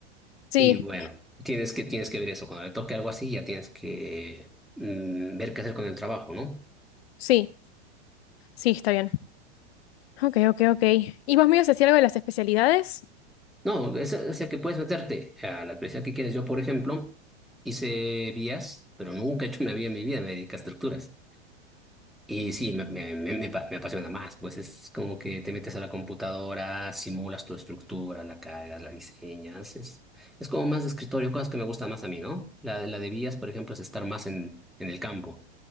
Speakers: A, on the left; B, in the centre.
A: Sí,
B: Y bueno, tienes que, tienes que ver eso. Cuando te toque algo así, ya tienes que mm, ver qué hacer con el trabajo, ¿no?
A: sí, sí, está bien. Ok, ok, ok. ¿Y vos me ibas a decir algo de las especialidades?
B: No, es, o sea que puedes meterte a la especialidad que quieres. Yo, por ejemplo, hice vías, pero nunca he hecho una vía en mi vida, me dediqué a estructuras. Y sí, me, me, me, me pa- me apasiona más, pues es como que te metes a la computadora, simulas tu estructura, la cargas, la diseñas, es, es como más de escritorio, cosas que me gustan más a mí, ¿no? La, la de vías, por ejemplo, es estar más en, en el campo.